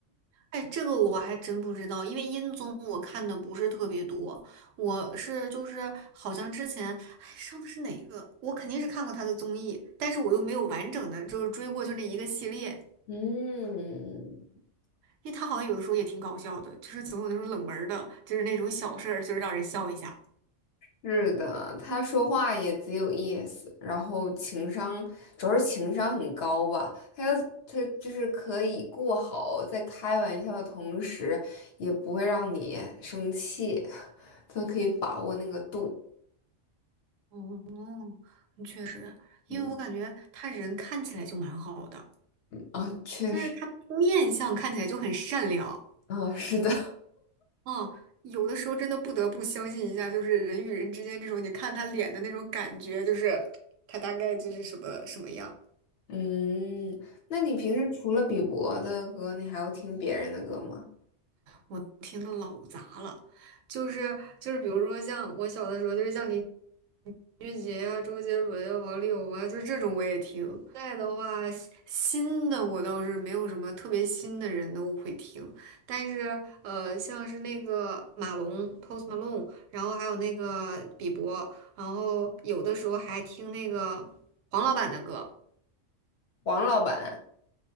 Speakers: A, on the right; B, on the left.
A: 哎，这个我还真不知道，因为音综我看的不是特别多，我是就是好像之前哎上的是哪个，我肯定是看过他的综艺，但是我又没有完整的就是追过就那一个系列。
B: 嗯，
A: 因为他好像有的时候也挺搞笑的，就是总有那种冷门儿的，就是那种小事儿，就是让人笑一下。
B: 是的，他说话也只有意思，然后情商主要是情商很高吧，他又他就是可以过好在开玩笑的同时，也不会让你生气，<laughs> 他可以把握那个度。
A: 哦，确实，因为我感觉他人看起来就蛮好的，
B: 嗯啊，确实
A: 就是他面相看起来就很善良。
B: 啊，是的，
A: 嗯，有的时候真的不得不相信一下，就是人与人之间这种，你看他脸的那种感觉，就是他大概就是什么什么样。
B: <laughs> 嗯，那你平时除了比伯的歌，你还会听别人的歌吗？
A: 我听的老杂了，就是就是，比如说像我小的时候，就是像邻俊杰啊，周杰伦呀、王力宏啊，就是这种我也听。现在的话，新新的我倒是没有什么特别新的人都会听，但是呃，像是那个马龙 （Post Malone），然后还有那个比伯，然后有的时候还听那个黄老板的歌。
B: 黄老板，